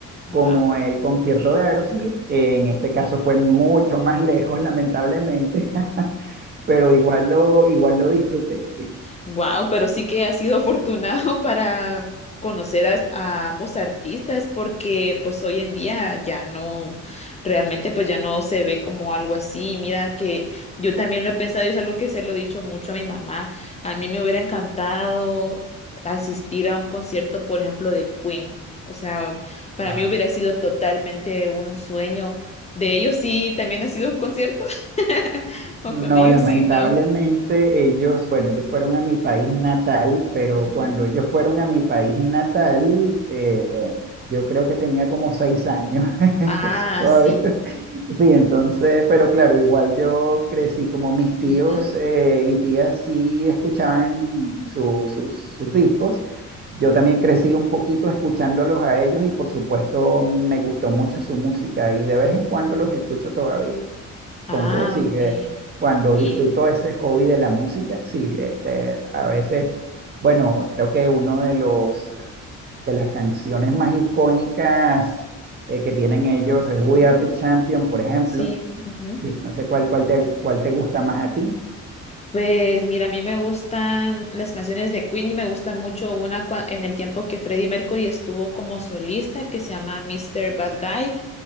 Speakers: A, on the left; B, on the right.
A: Wow.
B: como el concierto de Aerosmith, que en este caso fue mucho más lejos, lamentablemente, <laughs> pero igual lo, igual lo disfruté, sí.
A: Wow, pero sí que has sido afortunado <laughs> para conocer as- a, ambos artistas porque pues hoy en día ya no, realmente pues ya no se ve como algo así. Mira que yo también lo he pensado y es algo que se lo he dicho mucho a mi mamá. A mí me hubiera encantado asistir a un concierto, por ejemplo, de Queen. O sea, para
B: Wow.
A: mí hubiera sido totalmente un sueño. De ellos sí, también ha sido un concierto <laughs> o
B: No,
A: con ellos
B: lamentablemente
A: sí, no.
B: ellos, bueno, ellos fueron a mi país natal, pero
A: Ujú.
B: cuando ellos fueron a mi país natal, eh, yo creo que tenía como seis años, <laughs> entonces
A: Ah,
B: todavía,
A: sí.
B: <laughs> sí, entonces, pero claro, igual yo crecí como mis tíos
A: Ujú.
B: eh, y tías sí escuchaban su- sus sus discos. Yo también crecí un poquito escuchándolos a ellos y por supuesto me gustó mucho su música y de vez en cuando los escucho todavía
A: Ah,
B: pongo, sí,
A: ok.
B: que cuando
A: Sí.
B: disfruto ese hobby de la música, sí, este, a veces, bueno, creo que uno de los, de las canciones más icónicas eh, que tienen ellos es We
A: Ujú.
B: Are the Champion, por ejemplo.
A: Sí. ujú.
B: Sí, no sé cuál, cuál te, cuál te gusta más a ti.
A: Pues mira, a mí me gustan las canciones de Queen y me gusta mucho una cua- en el tiempo que Freddie Mercury estuvo como solista que se llama Mister Bad Guy,